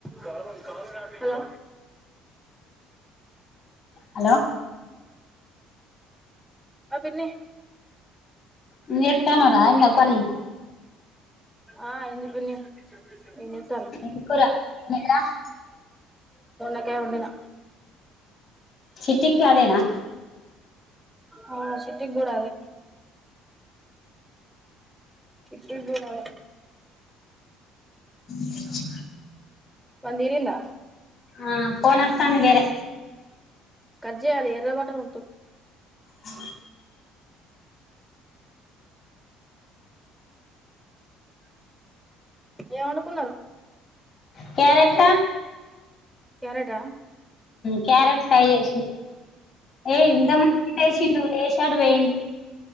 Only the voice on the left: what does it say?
hello
ఏం చేస్తున్నావురా అయిందా పని
ఏం కూర <unintelligible>
చిట్టికి అదేనా
<inaudible>
ఆ ఫోన్ వత్తాంది వేరే
అ
క్యారెట
క్యారెట్ ఫ్రై చేసి ఏ ఇంత మంది <unintelligible> <unintelligible>